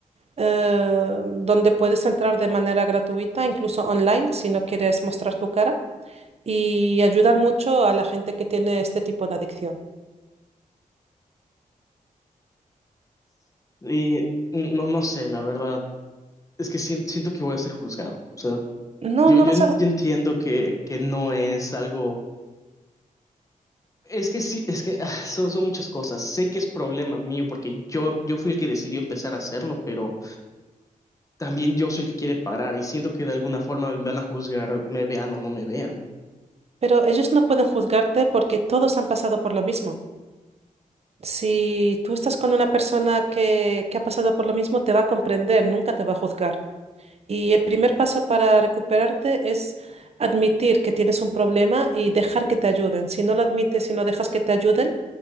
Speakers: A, on the right; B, on the left.
A: eh, donde puedes entrar de manera gratuita, incluso online, si no quieres mostrar tu cara, y ayudan mucho a la gente que tiene este tipo de adicción.
B: Y no, no sé, la verdad, es que siento, siento que voy a ser juzgado. O sea,
A: No,
B: yo,
A: no
B: yo,
A: vas
B: en-
A: a...
B: yo entiendo que, que no es algo... Es que sí, es que ah, son, son muchas cosas. Sé que es problema mío porque yo, yo fui el que decidió empezar a hacerlo, pero... también yo soy el que quiere parar y siento que de alguna forma me van a juzgar, me vean o no me vean.
A: Pero ellos no pueden juzgarte porque todos han pasado por lo mismo. Si tú estás con una persona que, que ha pasado por lo mismo, te va a comprender, nunca te va a juzgar. Y el primer paso para recuperarte es admitir que tienes un problema y dejar que te ayuden. Si no lo admites y no dejas que te ayuden,